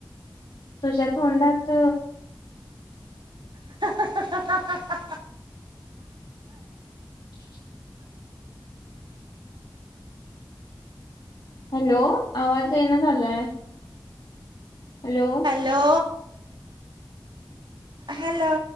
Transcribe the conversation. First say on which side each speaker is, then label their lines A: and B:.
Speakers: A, on the left; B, on the right.
A: तुझ्या तोंडात
B: <unintelligible>
A: <inaudible> हॅलो, आवाज ये ना झालाय. हॅलो.
B: हॅलो. हॅलो.